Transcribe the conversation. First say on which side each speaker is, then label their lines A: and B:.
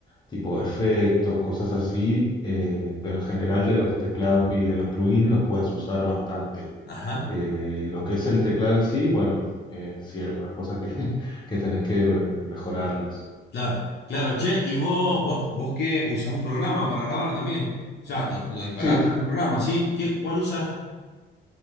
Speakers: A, on the left (about 20°); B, on the left (about 55°).
A: tipo efectos, cosas así, eh, pero en general de los teclados y de los plugins los puedes usar bastante.
B: ajá.
A: Eh, lo que es el teclado en sí, bueno, eh, sí, algunas cosas que, <laughs> que tenés que mejorarlas.
B: Claro, claro, che, y vos, vos, vos que usás un programa para grabar también. O sea, lo, lo disparás
A: Sí,
B: a través de un programa, ¿sí? ¿Qué, cuál usás?